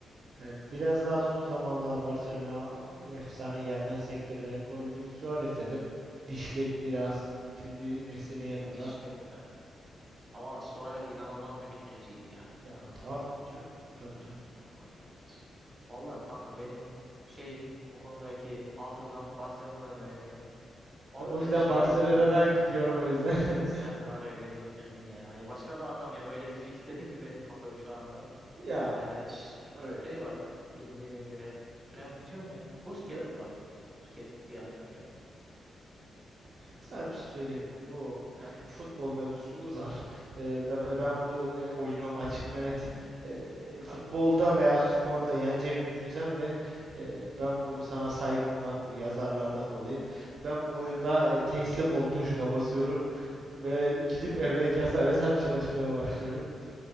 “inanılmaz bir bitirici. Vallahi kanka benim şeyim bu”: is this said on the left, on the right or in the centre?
Right